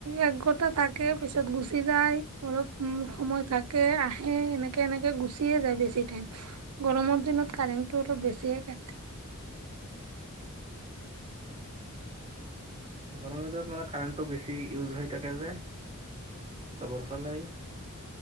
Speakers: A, on the right (about 80°); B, on the right (about 25°).
A: এক ঘণ্টা থাকে পিছত গুচি যায় অলপ উম সময় থাকে আহে এনেকে এনেকে গুচিয়ে যায় বেছি টাইম। গৰমৰ দিনত কাৰেণ্টটো অলপ বেছিয়ে কাটে।
B: গৰমৰ দিনত মানে কাৰেণ্টটো বেছি ইউজ হৈ থাকে যে, চবৰ ফালেই